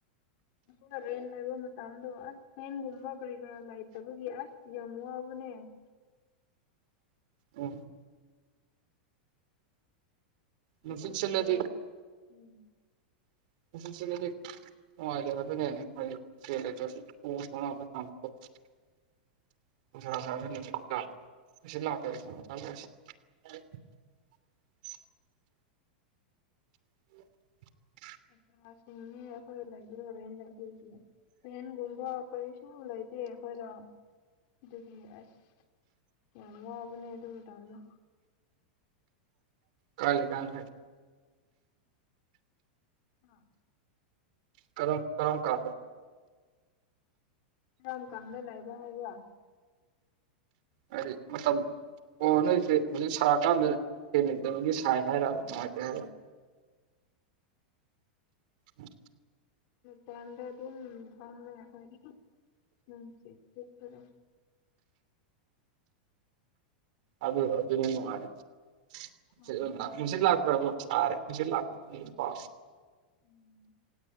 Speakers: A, on the left (about 50°); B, on the right (about 60°).
A: ꯑꯩꯏ ꯔꯦꯟ ꯂꯩꯕ ꯃꯇꯝꯗꯣ ꯑꯁ ꯔꯦꯟꯒꯨꯝꯕ ꯀꯔꯤ ꯀꯔꯥ ꯂꯩꯇꯕꯒꯤ ꯑꯁ ꯌꯥꯝ ꯋꯥꯕꯅꯦ <inaudible>
B: ꯎꯝ
A: ꯑꯩꯗꯤ
B: ꯅꯨꯡꯁꯤꯠ ꯁꯤꯠꯂꯗꯤ
A: ꯁꯇ ꯎꯝ
B: ꯑ ꯁꯤꯗꯤ ꯑꯣꯔ ꯑꯗꯨ ꯑꯣꯥ ꯂꯥꯛꯁꯤ ꯐ ꯎ
A: ꯆꯠꯇ꯭ꯔꯁꯤꯡꯅꯤ ꯑꯩꯈꯣꯏ ꯂꯩꯕꯤ꯭ꯔꯣꯔꯦꯟ ꯑꯗꯨꯏꯒꯤ ꯔꯦꯟꯒꯨꯝꯕ ꯑꯩꯈꯣꯏ ꯁꯨ ꯂꯩꯇꯦ ꯑꯩꯈꯣꯏꯔ ꯑꯗꯨꯒꯤ ꯑꯁ ꯌꯥꯝ ꯋꯥꯕꯅꯦ ꯑꯗꯨꯝ ꯇꯥꯅ
B: ꯀꯂ ꯀꯥꯟ ꯊꯥꯏ
A: ꯑꯥ
B: ꯀꯔꯝ ꯀꯝ ꯀꯥ
A: ꯀꯔꯝ ꯀꯥꯟꯅ ꯂꯩꯕ ꯍꯥꯏꯕ꯭ꯔ
B: ꯍꯥꯏꯗꯤ ꯃꯇꯝ ꯑꯣ ꯅꯣꯏꯁꯦ ꯍꯧꯖꯤꯛ ꯁꯥꯔꯀꯥꯟꯗ ꯍꯦꯟꯃꯤꯗꯕꯒꯤ ꯁꯥꯏ ꯍꯥꯏꯔꯔꯕ ꯃꯠꯇ ꯎꯝ
A: ꯄꯥꯟꯗꯥ ꯑꯗꯨꯝ ꯊꯝꯃꯦꯣꯏ ꯎꯝ ꯁꯤꯄꯗꯝ
B: ꯑꯗꯨꯗꯣ ꯑꯗꯨ ꯅꯨꯡꯉꯥꯏꯅꯨꯡꯁꯤꯠ
A: ꯎꯝ
B: ꯂꯥꯛ ꯔ ꯁꯔꯦꯁꯤ ꯂꯥꯛ ꯄ
A: ꯎꯝ